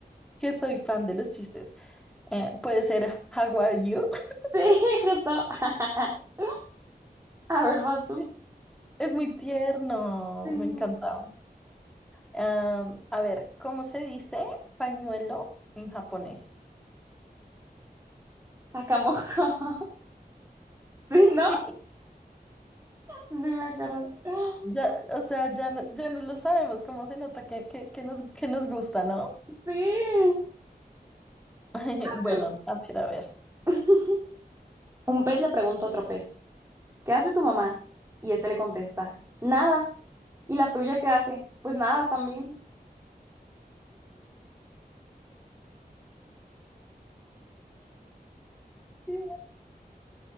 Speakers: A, in the centre; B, on the right.
A: que soy fan de los chistes. Eh, puede ser Jaguar You. <laughs>
B: Sí, <laughs> justo. <laughs> A ver, vas tú.
A: Es, es muy tierno,
B: Sí.
A: me encanta. Am, a ver, ¿cómo se dice pañuelo en japonés?
B: Sacamoco. <laughs> Sí,
A: <laughs>
B: ¿no?
A: Sí.
B: Sí, me acuerdo. <gasps>
A: Ya, o sea, ya no, ya no lo sabemos, cómo se nota que, que, que nos, que nos gusta, ¿no?
B: Sí.
A: <laughs> Bueno,
B: Claro.
A: a ver, a ver.
B: <laughs> Un pez le pregunta a otro pez, ¿qué hace tu mamá? Y este le contesta, nada. ¿Y la tuya qué hace? Pues nada también.
A: Sí,